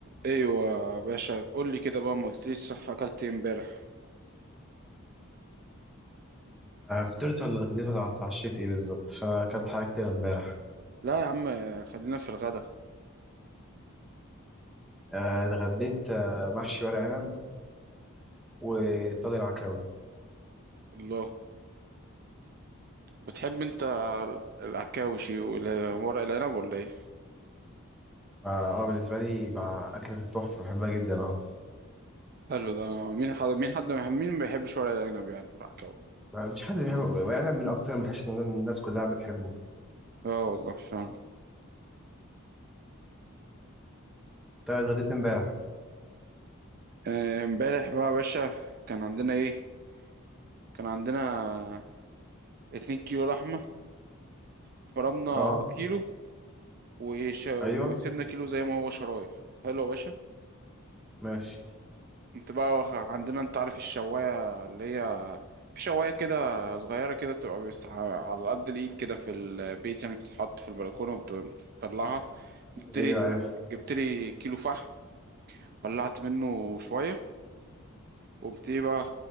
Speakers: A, on the right (about 45°); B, in the centre.
A: ايوه يا باشا قول لي كده بقى ما قلتليش صح اكلت ايه امبارح
B: آه، فطرت ولا اتغديت ولا اتعشيت ايه بالظبط فاكلت حاجات كتير امبارح
A: لا يا عم خلينا في الغدا
B: آه، اتغديت آه، محشي ورق عنب وطاجن عكاوي
A: الله بتحب انت العكاوشي وورق العنب ولا ايه
B: اه آه، بالنسبه لي بقى اكله التحفه بحبها جدا اه
A: حلو ده مين حد مين حد ما- مين ما بيحبش ورق العنب يعني والعكاوي
B: ما فيش حد بيحب ورق عنب من اكتر المحاشي اللي الناس كلها بتحبه
A: اه والله فعلا
B: انت اتغديت امبارح
A: آه، امبارح بقى يا باشا كان عندنا ايه كان عندنا اتنين كيلو لحمه فرمنا
B: اه
A: كيلو وش... وسيبنا
B: ايوه
A: كيلو زي ما هو شرايح حلو يا باشا
B: ماشي
A: كنت بقى واخ- عندنا انت عارف الشواية اللي هي في شواية كده صغيرة كده بتبقى بس- على قد الإيد كده في البيت يعني بتتحط في البلكونة وبتطلعها جبت لي
B: ايوه عارف
A: جبت لي كيلو فحم ولعت منه شوية وقمت ايه بقى